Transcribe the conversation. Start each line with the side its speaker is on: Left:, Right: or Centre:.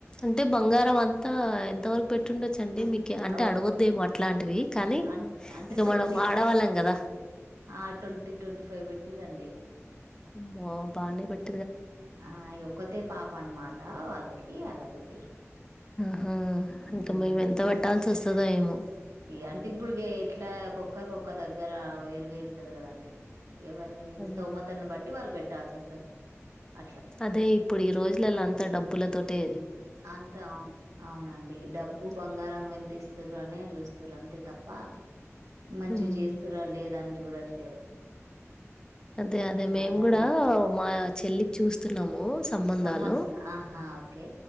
Left: అంటే బంగారం అంతా ఎంత వరకు పెట్టుండొచ్చ సది మీకు అంటే
Right: ఓకే
Left: అడగోదేమో అట్లాంటివి కానీ
Right: అం అంటే
Left: ఇక
Right: ట్వంటీ
Left: మనం ఆడవాళ్ళం
Right: ఫైవ్
Left: కదా
Right: ఆ ట్వంటీ ట్వంటీ ఫైవ్ పెట్టి రండి
Left: అమ్మె బానే పట్
Right: ఆ ఒక్కతే పాప అన్నమాట వాళ్ళకి అలా పెట్టిరు
Left: ఆ
Right: ఉమ్,
Left: ఇంకా మేము ఎంత పెట్టాల్సి వస్తుందో ఏమో
Right: అంటే ఇప్పుడు ఇట్లా ఒక్కరికొక్క దగ్గర వేరు వేరు ఉంటది కదండి ఎవరిని
Left: అదే.
Right: స్థౌమతను బట్టి వాళ్ళు పెట్టాల్సి వస్తది అట్లా
Left: అదే ఇప్పుడు ఈ రోజులలో అంతా డబ్బుల తోటే
Right: అంత అవును అవునండి డబ్బు బంగారం కొన్ని తిస్తారు అని అ చూస్తారు అంతే తప్ప మంచి
Left: హ్మ్.
Right: చేస్తారా లేదని చూడట్లేరు
Left: అదే అదే మేము
Right: అలా
Left: కూడా మా చెల్లికి చూస్తున్నాము సంబంధాలు
Right: సంబధ ఆహా ఓకే